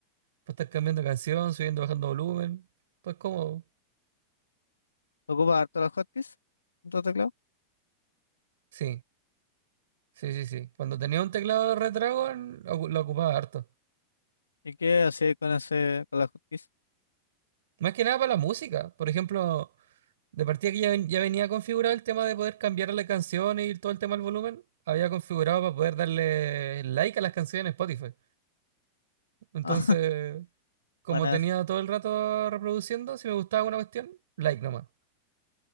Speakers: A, on the right; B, on the left.
A: Para estar cambiando canción, subiendo, bajando volumen. Pues cómodo.
B: ¿Ocupas harto las hotkeys? en tu teclado?
A: Sí, sí, sí, sí. Cuando tenía un teclado de Red Dragon, lo ocu- lo ocupaba harto.
B: ¿Y qué hacía con ese, con la justicia?
A: Más que nada para la música. Por ejemplo, De partida que ya, ven- ya venía configurado el tema de poder cambiar las canciones y todo el tema del volumen, había configurado para poder darle like a las canciones en Spotify. Entonces,
B: <laughs>
A: como
B: buena,
A: tenía
B: es-
A: todo el rato reproduciendo, si me gustaba una cuestión, like nomás.